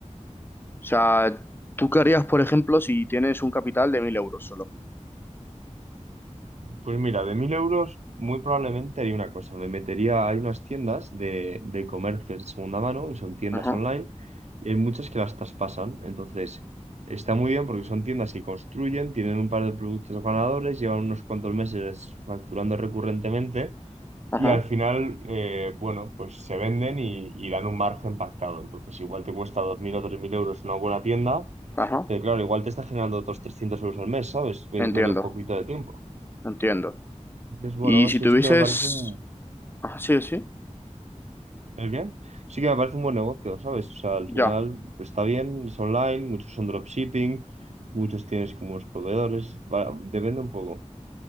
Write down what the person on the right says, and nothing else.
Pues mira, de mil euros muy probablemente haría una cosa. Me metería, hay unas tiendas de, de comercio de segunda mano, y son tiendas
online, y hay muchas que las traspasan. Entonces, está muy bien porque son tiendas que construyen, tienen un par de productos ganadores, llevan unos cuantos meses facturando recurrentemente,
y al final, eh, bueno, pues se venden y, y dan un margen pactado. Entonces, igual te cuesta 2.000 o 3.000 euros una buena tienda,
pero claro, igual te está generando otros 300 euros al mes, ¿sabes? Metiéndole
un poquito de tiempo.
Pues bueno,
eso
sí que me parece un...
¿El qué? Sí que me parece un buen negocio, ¿sabes? O sea, al
final está bien, es online, muchos son dropshipping, muchos tienes como unos proveedores, va- depende un poco.